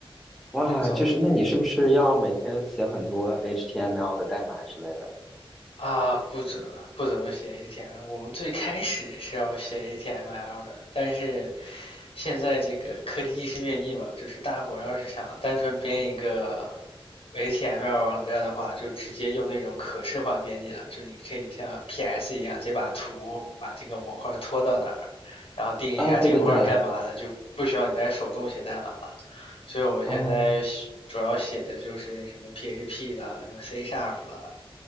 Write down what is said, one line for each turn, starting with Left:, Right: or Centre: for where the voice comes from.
Centre: 哇，
Left: 只做网页。
Centre: 就是那你是不是要每天写很多 HTML 的代码之类的？
Left: 啊，不怎不怎么写 HTML。我们最开始是要写 HTML 的，但是现在这个科技日新月异嘛，就是大伙要是想单纯编一个 HTML 网站的话，就直接用那种可视化编辑了，就你可以像 PS 一样，直接把图把这个模块拖到哪儿，然后定义一下这个模块干嘛的，
Centre: 啊，对对对，
Left: 就不需要你再手动写代码了。所以我们现在主要写的就是什么
Centre: 哦
Left: PHP 啦，什么 C Sharp 啦，